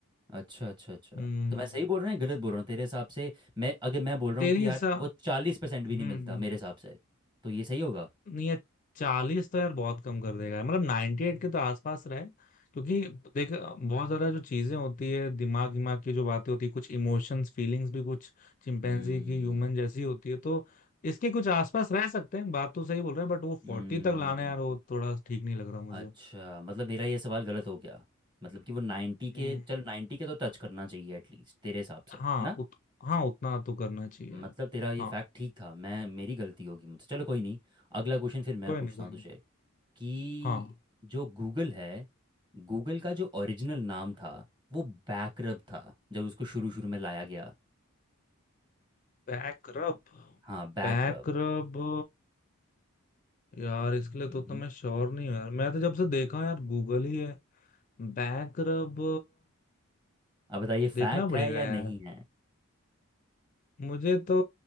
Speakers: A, on the right; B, on the left.
A: अच्छा अच्छा अच्छा
B: हम्म
A: तो मैं सही बोल रहा हूँ या गलत बोल रहा हूँ तेरे हिसाब से मैं अगर मैं बोल रहा
B: तेरे
A: हूँ कि यार
B: हिसाब
A: वो चालीस परसेंट भी
B: हम्म
A: नहीं मिलता मेरे हिसाब से तो ये सही होगा
B: नहीं ये चालीस तो यार बहुत कम कर देगा मतलब नाइन्टी एट के तो आसपास रहे क्योंकि देख बहुत ज्यादा जो चीजें होती है दिमाग दिमाग की जो बातें होती है कुछ इमोशंस फीलिंग्स भी कुछ चिंपैंजी
A: हम्म
B: की ह्यूमन जैसी होती है तो इसके कुछ आसपास रह सकते हैं बात तो सही बोल रहे हैं बट वो
A: हम्म,
B: फोर्टी तक लाना यार वो थोड़ा ठीक नहीं लग रहा मुझे
A: अच्छा मतलब मेरा ये सवाल गलत हो गया मतलब कि वो 90
B: हम्म,
A: के चल 90 के तो टच करना चाहिए एटलीस्ट तेरे हिसाब से है
B: हाँ
A: ना
B: उत, हाँ उतना तो करना चाहिए
A: मतलब
B: यार
A: तेरा ये
B: हाँ
A: फैक्ट ठीक था मैं मेरी गलती होगी मुझसे चलो कोई नहीं अगला क्वेश्चन फिर मैं
B: कोई
A: पूछता
B: नहीं कोई
A: हूँ
B: नहीं
A: तुझे कि
B: हाँ
A: जो गूगल है गूगल का जो ओरिजिनल नाम था वो बैकरब था जब उसको शुरू शुरू में लाया गया
B: Back rub
A: हाँ बैकरब
B: बैक रब यार इसके लिए तो,
A: हम्म
B: तो मैं श्योर नहीं हूँ यार मैं तो जब से देखा यार गूगल ही है बैक रब
A: अब बताइए फैक्ट
B: देखना पड़ेगा
A: है या
B: यार
A: नहीं है
B: मुझे तो